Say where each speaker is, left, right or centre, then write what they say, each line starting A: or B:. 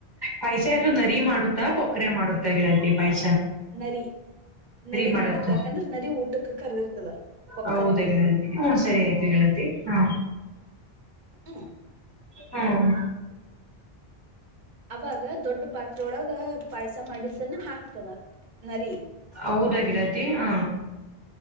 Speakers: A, on the right (about 25°); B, on the right (about 55°).
A: ಪಾಯ್ಸ ಯಾರು ನರಿ ಮಾಡುತ್ತಾ ಕೊ ಕ್ರೆ ಮಾಡುತ್ತ ಗೆಳತಿ ಪಾಯ್
B: ನರಿ, ನರಿ
A: ಮಾಡುತ್ತ
B: ಮಾಡತ್ತೆ ಯಾಕಂದ್ರ ನರಿ ಊಟಕ್ಕೆ ಕರ್ದಿರ್ತದ. ಕೊಕ್ಕರೆಗ
A: ಹೌದಾ ಗೆಳತಿ ಹ್ಮ ಸರಿ ಆಯ್ತು ಗೆಳತಿ ಹಾ.
B: ಹ್ಮ.
A: ಹೂಂ.
B: ಅವಾಗ ದೊಡ್ಡ ಪಾತ್ರೆ ಒಳಗ ಪಾಯ್ಸ ಮಾಡಿದ್ದನ್ನ ಹಾಕ್ತದ. ನರಿ
A: ಹೌದ ಗೆಳತಿ ಹಾ.